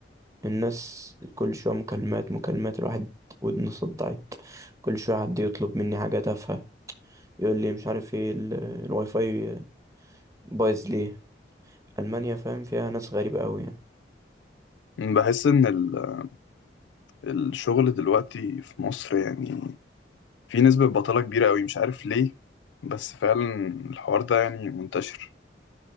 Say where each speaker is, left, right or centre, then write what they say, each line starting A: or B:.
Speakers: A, on the right (about 15°); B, on the left (about 80°).
A: الناس كل شوية مكالمات مكالمات الواحد ودنه صدعت كل شوية حد يطلب مني حاجة تافهة يقول لي مش عارف ايه ال- الواي فاي بايظ ليه ألمانيا فاهم فيها ناس غريبة أوي يعني
B: ان بحس ان ال- الشغل دلوقتي في مصر يعني في نسبه بطاله كبيره قوي مش عارف ليه بس فعلا الحوار ده يعني منتشر